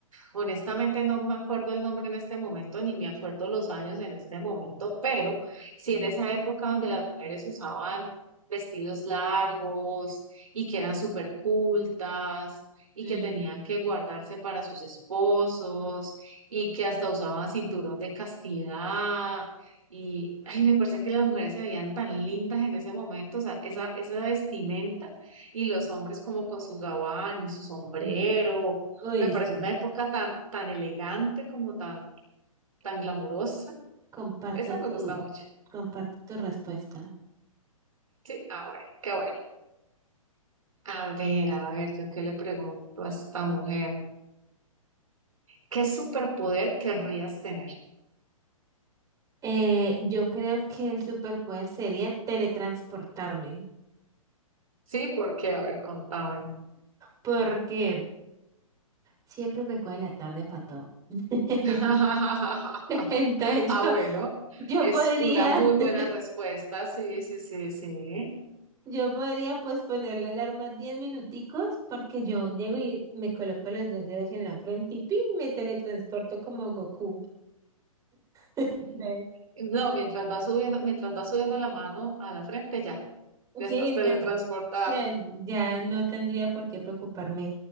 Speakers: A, on the right; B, on the right.
A: Honestamente no me acuerdo el nombre en este momento, ni me acuerdo los años en este momento, pero sí en esa época donde las mujeres usaban vestidos largos y que eran súper cultas y
B: Mm.
A: que tenían que guardarse para sus esposos y que hasta usaban cinturón de castidad. Y ay, me parece que las mujeres se veían tan lindas en ese momento, o sea, esa, esa vestimenta y los hombres como con su gabán y su sombrero
B: Mm. Uy,
A: me parece
B: sí,
A: una época tan, tan elegante como tan, tan glamurosa.
B: comparto
A: Esa
B: tu,
A: me gusta mucho.
B: comparto tu respuesta.
A: Sí, a ver, qué bueno. A ver, a ver, yo qué le pregunto a esta mujer. ¿Qué superpoder querrías tener?
B: Eh, yo creo que el superpoder sería teletransportarme,
A: Sí, porque, a ver, contame.
B: porque siempre me coge la tarde para todo. <laughs>
A: <laughs>
B: Entonces
A: Ah,
B: yo,
A: bueno,
B: yo
A: es
B: podría,
A: una muy
B: <laughs>
A: buena respuesta. Sí, sí, sí, sí.
B: yo podría posponer la alarma 10 minuticos porque yo llego y me coloco los dos dedos en la frente y ¡pim! me teletransporto como Goku. <laughs> Ve.
A: No, mientras vas subiendo, mientras vas subiendo la mano a la frente, ya, ya
B: Sí,
A: estás teletransportada.
B: ya, ya- ya no tendría por qué preocuparme